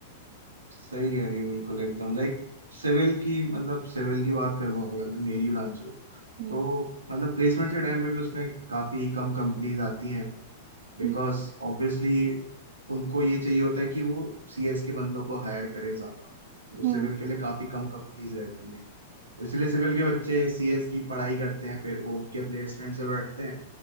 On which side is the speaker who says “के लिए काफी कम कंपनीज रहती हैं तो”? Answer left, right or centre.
Right